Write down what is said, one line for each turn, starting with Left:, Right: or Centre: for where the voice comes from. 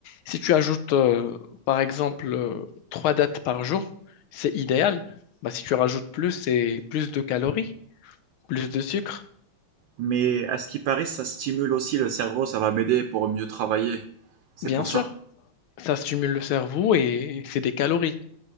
Left: si tu ajoutes, euh, par exemple, euh, trois dattes par jour, c'est idéal. Bah, si tu rajoutes plus, c'est plus de calories, plus de sucre,
Right: Mais à ce qui paraît, ça stimule aussi le cerveau, ça va m'aider pour mieux travailler. C'est
Left: bien
Right: pour
Left: sûr.
Right: ça.
Left: Ça stimule le cerveau et c'est des calories.